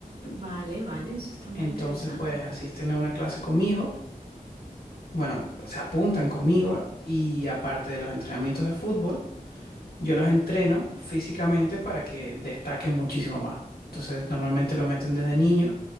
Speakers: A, on the right; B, on the left.
A: Vale, vale, eso está muy
B: Entonces,
A: interesante.
B: pues, asisten a una clase conmigo. bueno, se apuntan conmigo y aparte de los entrenamientos de fútbol, yo los entreno físicamente para que destaquen muchísimo más. Entonces, normalmente lo meten desde niños